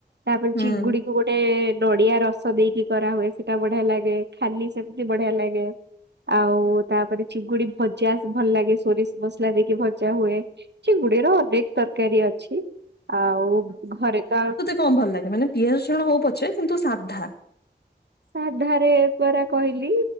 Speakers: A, on the right; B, on the left.
A: ତାପରେ
B: ହୁଁ।
A: ଚିଙ୍ଗୁଡିକୁ ଗୋଟେ। ଟେ ନଡ଼ିଆ ରସ ଦେଇକି କରାହୁଏ ସେଟା ବଢ଼ିଆ ଲାଗେ, ଖାଲି ସେମିତି ବଢ଼ିଆ ଲାଗେ। ଆଉ ତାପରେ ଚିଙ୍ଗୁଡି ଭଜା ଭଲ ଲାଗେ। ସୋରିଷ ମସଲା ଦେଇକି ଭଜା ହୁଏ, ଚିଙ୍ଗୁଡିର ଅନେକ ତରକାରୀ ଅଛି। ଆଉ ଘରେ ତ
B: କମ୍ ଭଲ ଲାଗେ ମାନେ ପିଆଜ ରସୁଣ ହଉ ପଛେ କିନ୍ତୁ ସାଧା।
A: ସାଧାରେ ପରା କହିଲି